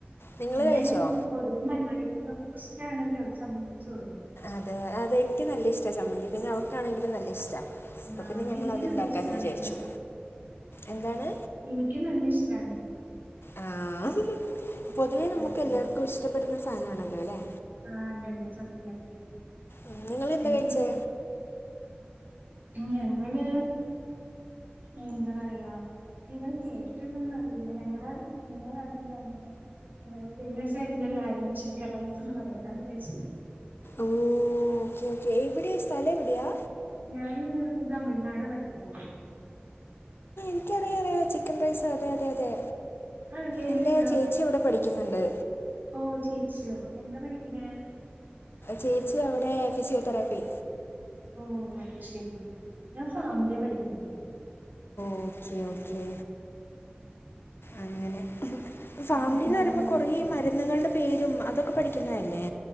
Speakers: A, on the left (about 70°); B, on the right (about 50°).
A: നിങ്ങൾ
B: എന്തായാലും
A: കഴിച്ചോ
B: പൊതുവേ- മലയാളികൾക്കൊക്കെ- ഇഷ്ടമാണല്ലോചമ്മന്തിയും, ചോറും.
A: അതെ, അതെ യെനിക്കുനല്ലയിഷ്ടാ ചമ്മന്തി. പിന്നെയവൾക്കാണെങ്കിലും നല്ലയിഷ്ടാ. അപ്പോ
B: ആഹ്
A: പിന്നെഞങ്ങള-
B: എനിക്ക്
A: തുണ്ടാക്കാന്നുവിചാരിച്ചു.
B: നല്ല ഇഷ്ടാണ്
A: എന്താണ്?
B: എനിക്കും നല്ലയിഷ്ടമാണ്.
A: ആഹ്.. പൊതുവേ- നമുക്കെല്ലാവർക്കും
B: ഉം
A: ഇഷ്ടപ്പെടുന്ന സാധനമാണല്ലോ, അല്ലെ?
B: ആഹ്.. അതെ യതെ സത്യം.
A: ഉം.. നിങ്ങളെന്താ
B: എനിക്ക്
A: കഴിച്ചേ?
B: ഞങ്ങളെന്താപറയാ- നിങ്ങൾ കേട്ടിട്ടുണ്ടോന്നറിയില്ല- ഞങ്ങള് ങ്ങളടെനാട്ടിലാണ്. ഫേമസ് ആട്ടല്ല ആഴ ചിത്ര മയാഴ- <inaudible>
A: ഓഹോ.. ഓക്കേയോക്കെ. എവിടെയാ? സ്ഥലമെവിടെയാ?
B: ഞാനിന്നുതമിഴ്നാടാപഠിക്കണത്.
A: ചെറിയ, ചെറിയചിക്കൻ റൈസാ. അതെ അതെ അതെ...
B: ആഹ്കേട്ടിട്ടുണ്ടോ,
A: എൻ്റെ ചേച്ചി ഇവിടെ പഠിക്കുന്നുണ്ട്
B: ഓഹോ.. ചേച്ചിയോ എന്താ പഠിക്കിണേ.
A: ചേച്ചിയവിടെ ഫിസിയോതെറാപ്പി.
B: ഓഹോ.. അതുശരി. ഞാൻ ഫാമ്- ഡി പഠിക്കണേ.
A: Okay, okay.
B: <inaudible>
A: അങ്ങനെ. ഫാമ്
B: എന്താണ്
A: ടി ന്നുവരുമ്പോൾ, കുറേമരുന്നുകളുടെ പേരും, അതൊക്കെ പഠിക്കുന്നതല്ലേ?